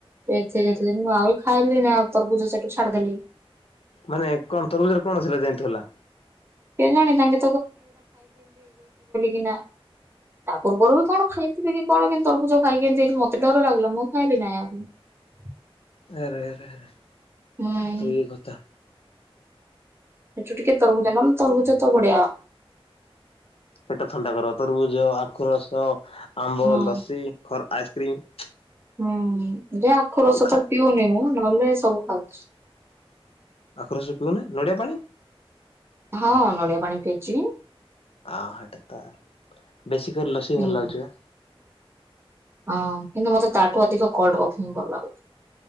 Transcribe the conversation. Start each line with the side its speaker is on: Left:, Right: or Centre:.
Right: ଡେଥ ହଇଯାଇଥିଲେ ମୁଁ ଆହୁରି ଖାଇଲିନି ଆଉ ତରବୁଜ ସେଠୁ ଛାଡିଦେଲି।
Left: ମାନେ କଣ ତରଭୁଜରେ କଣ ଥିଲା ଯେ ଏମିତି ହେଲା।
Right: କେଜାଣି ତାଙ୍କେ କିନା ତା ପୂର୍ବରୁ କଣ ଖାଇଥିବେ କି କଣ କି ତରଭୁଜ ଖାଇକି ଏମିତିି ହେଉଚି ମତେ ଡର ଲାଗିଲା ମୁଁ ଖାଇଲି ନାହିଁ ଆଉ ।
Left: ଆରେ ଆରେ ଆରେ
Right: ହୁଁ
Left: ସେଇ କଥା
Right: ସେଠୁ ଟିକେ ତରଭୁଜ ନହେଲେ ତରଭୁଜ ତ ବଡ଼ିଆ
Left: ପେଟ ଥଣ୍ଡା କର ତରବୁଜ ଆଖୁ ରସ ଆମ୍ବ
Right: ହୁଁ
Left: ଲସି ଖ ଆଇସ୍କ୍ରିମ
Right: ହୁଁ ହୁଁ ଯେ ଆଖୁ ରସ
Left: ଖା
Right: ତ ପିଉନି ମୁଁ ନହେଲେ ସବୁ ଖାଉ <inaudible>
Left: ଆଖୁ ରସ ପିଉନା ନଡ଼ିଆ ପାଣି
Right: ହଁ ନଡିଆ ପାଣି ପିଇଚି
Left: ଆ ହଟତା ବେଶୀ କରି ଲସି
Right: ହୁଁ
Left: ଭଲ ଲାଗୁଚି ପା
Right: ହଁ କିନ୍ତୁ ମତେ ତାଠୁ ଅଧିକ କୋଲଡ କପ ହିଁ ଭଲ ଲାଗୁ